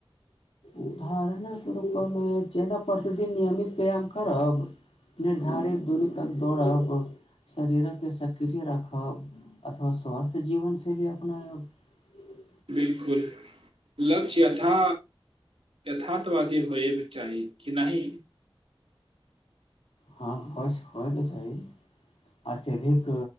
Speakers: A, on the left; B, on the right.
A: उदाहरणाके रूपेमे जेना प्रतिदिन नियमित व्यायाम करब निर्धारित दूरी तक दौड़ब शरीरकके सक्रिय राखब अथवा स्वास्थ्य जीवन से भी अपनायब
B: बिलकुल लक्ष्य यथा यथार्ातवादी होयके चाही कि नहि
A: हँ होयस होयके चाही अत्यधिक